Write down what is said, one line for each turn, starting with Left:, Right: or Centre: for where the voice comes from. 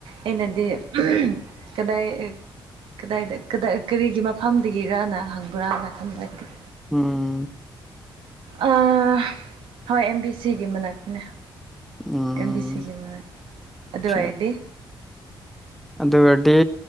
Right: ꯑꯩꯅꯗꯤ ꯀꯗꯥꯏ ꯏ ꯀꯗꯥꯏꯗ ꯀꯗꯥꯏ ꯀꯔꯤꯒꯤ ꯃꯐꯝꯗꯒꯤꯔꯅ ꯍꯪꯕ꯭ꯔꯥꯅ ꯈꯟꯕ ꯑꯩꯗꯤ
Centre: ꯎꯝ
Right: ꯑꯥ ꯍꯣꯏ ꯑꯦꯝ ꯕꯤ ꯁꯤꯒꯤ ꯃꯅꯥꯛꯇꯅꯦ
Centre: ꯎꯝ
Right: ꯑꯦꯝ ꯕꯤ ꯁꯤ ꯒꯤ ꯃꯅꯥꯛ ꯑꯗꯨ
Centre: ꯑꯆꯥ
Right: ꯑ‌ꯣꯏꯔꯗꯤ
Centre: ꯑꯗꯨ ꯑ‌ꯣꯏꯔꯗꯤ